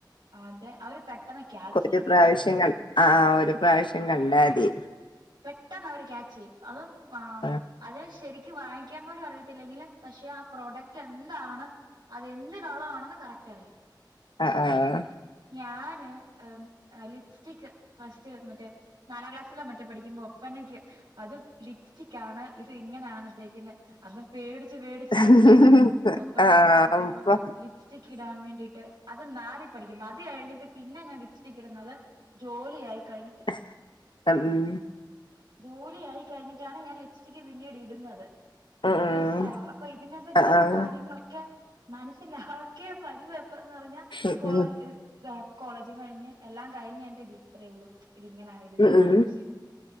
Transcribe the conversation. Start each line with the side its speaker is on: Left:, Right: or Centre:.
Right: അതെ അവര് പെട്ടെന്ന് ക്യാച്ച് ചെയ്യും
Left: ഒരു
Right: കേട്ടോ
Left: പ്രാവശ്യം ക ആഹ ഒരു പ്രാവശ്യം കണ്ടാതി
Right: ട്ടന്ന് അവര് ക്യാച്ച് ചെയ്യും. അതും വഹ്
Left: ആഹ്
Right: അതിന് ശെരി ക്ക് വായിക്കാൻ പോലും അറിയത്തില്ലെങ്കില് പക്ഷെ ആ പ്രോഡക്റ്റ് എന്താണ് അതെന്തിനുള്ളതാണെന്ന് കറക്റ്റ് അറിയാം.
Left: ആഹ് ആഹാ
Right: ഞാന് ആം ആഹ് ലി ലിസ്റ്റിക് ഫസ്റ്റ്, എന്നിട്ട് നാലാം ക്ലാസ്സിലോ മറ്റു പഠിക്കുമ്പോ ഒപ്പനയ്ക്ക് അതും ലിപ്സ്റ്റികാണ്. ഇത് ഇങ്ങനാണ് ഇട്ടേക്കുന്നെ അന്ന് പേടി ച്ച്, പേടിച്ചായിരുന്നു
Left: ആഹ്
Right: നിന്നിരുന്നെ, ഒപ്പനയൊക്കെ
Left: ആഹ്
Right: ശ്രദ്ധിക്കുമ്പോ
Left: ഇപ്പൊ
Right: ലിപ്സ്റ്റിക് ഇടാൻ വേണ്ടിയിട്ട് അത് നാലിൽ പഠിക്കുമ്പോ അത് കഴിഞ്ഞിട്ട് പിന്നെ ഞാൻ ലിപ്സ്റ്റിക് ഇടുന്നത് ജോലിയായി കഴിഞ്ഞിട്ട്
Left: <inaudible> ഹ്മ്മ്
Right: ജോലിയായി കഴിഞ്ഞിട്ടാണ് ഞാൻ ലിപ്സ്റ്റിക്ക് പിന്നീട് ഇടുന്നത്.
Left: ഉം ഉം
Right: മനസ്സിലായോ, അപ്പൊ ഇതിനെ പറ്റിയുള്ള
Left: ആഹ് ആഹ്
Right: കാര്യങ്ങളൊക്കെ മാനസിലാക്കിയ പരിവ ന്ന് പറഞ്ഞാ
Left: ഉം
Right: കോളേജ്
Left: ഉം
Right: ഇ ആ കോളേജും കഴിഞ്ഞ് എല്ലാം കഴിഞ്ഞെന്റെ വി ഇത്രേ ഉള്ളു. ഇങ്ങനാണെ ഇത് എന്തിനാ
Left: ഉം
Right: യൂസെയ്യുന്നെ